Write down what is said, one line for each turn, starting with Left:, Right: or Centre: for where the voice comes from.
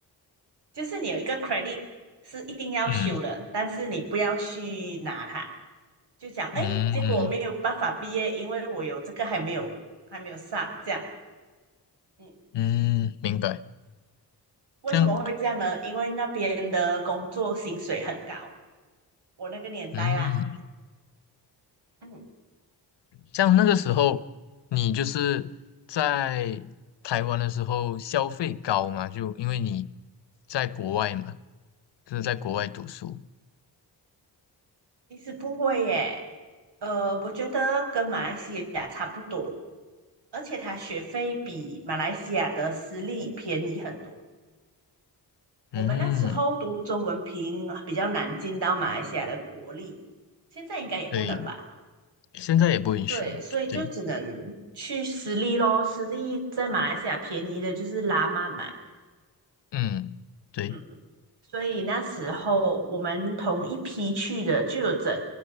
Right: 就是你有一个 credit 是一定要修的，
Left: 嗯
Right: 但是你不要去拿它，就讲哎，
Left: 嗯
Right: 结果我没有办法毕业，因为我有这个还没有还没有上，这样，嗯，
Left: 嗯，明白。
Right: 为什么会这样呢？
Left: 这样，
Right: 因为那边的工作薪水很高，我那个年代啦，
Left: 嗯，
Right: 嗯，
Left: 这样那个时候你就是在台湾的时候消费高嘛，就因为你在国外嘛，就是在国外读书。
Right: 其实不会耶，呃，我觉得跟马来西亚差不多，而且它学费比马来西亚的私立便宜很多。
Left: 嗯，
Right: 我们那时候读中文凭比较难进到马来西亚的国立，现在应该也不能吧？
Left: 对，现在也不允许。
Right: 对，所以就只能
Left: 对，
Right: 去私立咯。私立在马来西亚便宜的就是拉曼嘛，
Left: 嗯，对，
Right: 嗯，所以那时候我们同一批去的就有整